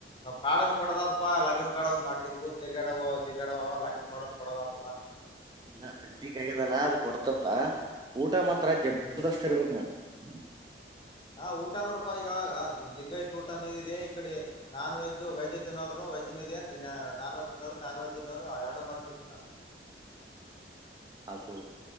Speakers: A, on the left (about 30°); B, on the right (about 25°).
A: ಕಡ ಕೊಡದತ್ಪ್ಪಾ ಲಗ್ನ ಕಾಡ ಒಂದು ಹಾಕಿದ್ ಊರ್ ತಿರ್ಗಾಡ ತಿರ್ಗಡ ಅವ ಲಗ್ನ ಕಡನ್ ಕೊಡದತದಾ
B: ಇಲ್ಲ ಬೆೆಂಡಿ ಗೈದಲ್ಲಾ ಅದು ಕೊಡ್ತಂತ ಊಟ ಮಾತ್ರ ಜಬರ್ದಸ್ತ್
A: ಹ್ಮ್
B: ಇರ್ಬೇಕಕ್ ನೋಡ ಹ್ಮ್
A: ಹಾ ಊಟ ನೋಡಪಾ ಈಗ ಲಿಂಗೈ್ಯ ತೂಟ ಅ ಇದೆ ಇಡೆ ನಾನ್ವೆೆಜ್ ವಜ್ ತಿನ್ನೋರು ವಜ್ದೆ ನನ್ವೆಜ್ ತಿನ್ನೋರು ನಾನವಿನ ಆಡೋ ಮಾಡ್ಿಸಬಿಡ್ಟ್ಟೇಿ ನಾನು
B: ಅದು